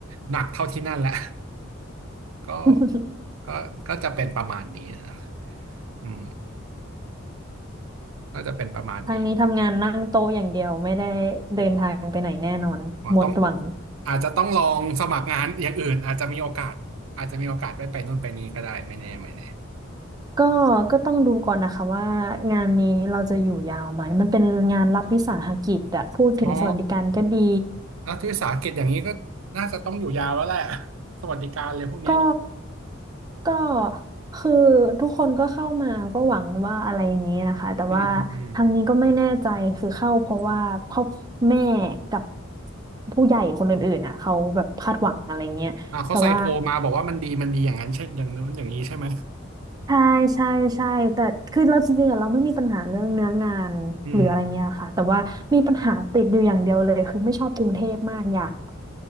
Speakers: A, on the right; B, on the right.
A: หนักเท่าที่นั่นแหละ ก็
B: <laughs>
A: ก็ก็จะเป็นประมาณนี้นะอืมมก็จะเป็นประมาณนี้
B: ทางนี้ทำงานนั่งโต๊ะอย่างเดียวไม่ได้เดินทางไปไหนแน่นอนหมดหวัง
A: อ๋อต้องอาจจะต้องลองสมัครงานอย่างอื่นอาจจะมีโอกาสอาจจะมีโอกาสได้ไปนู่นไปนี่ก็ได้ไม่แน่ไม่แน่
B: ก็ก็ต้องดูก่อนนะคะว่างานนี้เราจะอยู่ยาวไหมมันเป็นงานรัฐวิสาหกิจอะพูดถึงสวัสดิการก็ดี
A: อ๋อรัฐวิสาหกิจอย่างนี้ก็น่าจะต้องอยู่ยาวแล้วแหละสวัสดิการเลยพวกเนี้ย
B: ก็ก็คือทุกคนก็เข้ามาก็หวังว่าอะไรอย่างนี้นะคะ แต่ว่าทางนี้ก็ไม่แน่ใจ
A: อืมอืมอืม
B: คือเข้าเพราะว่าครอบแม่กับผู้ใหญ่คนอื่นๆอ่ะเขาแบบคาดหวังอะไรเงี้ยแต่ว่า
A: อ่าเขาใส่โคมาบอกว่ามันดีมันดีอย่างนั้นใช่อย่างนู้นอย่างนี้ใช่ไหม
B: ใช่ใช่ใช่แต่คือเราจริงๆอะเราไม่มีปัญหาเรื่องเนื้องานหรืออะไรเงี้ยค่ะแต่ว่ามีปัญหาติดอยู่อย่างเดียวเลยคือไม่ชอบกรุงเทพมากอยาก
A: อืม